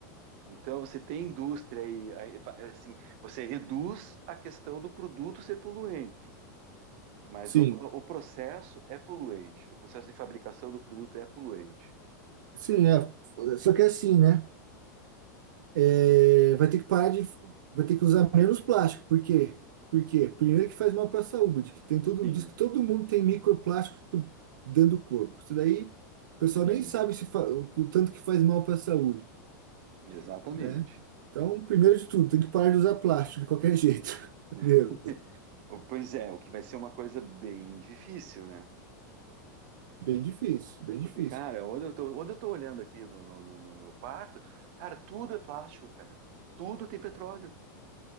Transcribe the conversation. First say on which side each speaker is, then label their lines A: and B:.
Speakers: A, on the right; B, on the right.
A: Então você tem indústria aí, aí va- assim, você reduz a questão do produto ser poluente, mas
B: Sim,
A: o, o processo é poluente, o processo de fabricação do produto é poluente.
B: sim, é. Só que é assim, né? É, vai ter que parar de. Vai ter que usar menos plástico. Por quê? Porque, primeiro, que faz mal para a saúde, que tem todo,
A: Sim,
B: diz que todo mundo tem microplástico dentro do corpo. Isso daí, o pessoal
A: sim,
B: nem sabe se fa- o tanto que faz mal para a saúde,
A: exatamente.
B: né? Então, primeiro de tudo, tem que parar de usar plástico de qualquer jeito. <laughs>
A: <laughs>
B: Mesmo.
A: Pois é, o que vai ser uma coisa bem difícil, né?
B: Bem difícil, bem difícil.
A: Porque, cara, onde eu tô, onde eu tô olhando aqui no, no- no- no meu quarto, cara, tudo é plástico, cara. Tudo tem petróleo.